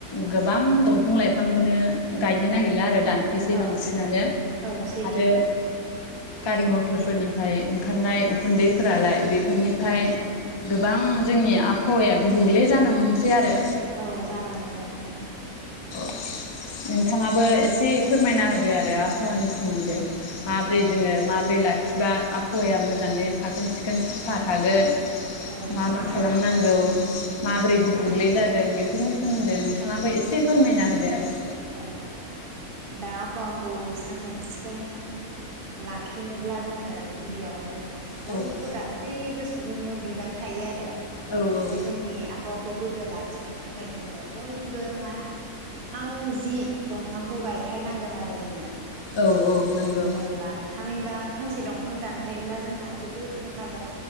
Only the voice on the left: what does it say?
गोबां दंफां लाइफांखौनो गायनो नागिरला आरो। दानफायसै बांसिनानो
आरो गारि मथरफोरनिफ्राय ओंखारनाय उखुन्दैफोरालाय बे फोरनिफ्राय
गोबां जोंनि आबहावाया गुबुंले जानो आरो
<inaudible> थाङाबो एसे फोरमायना होदो आरो आबहावानि सोमोन्दै माब्रै जोङो माब्रै लाखिबा आबहावाया मोजाङै साखोन सिखोन साफा थागोन?
मा मा खालामनांगौ माबोरै
गुबुंले जादों? बेफोरनि सोमोन्दै नोंथाङाबो एसे फोरमायना होदो आरो।
औ
औ औ
औ औ नंगौ।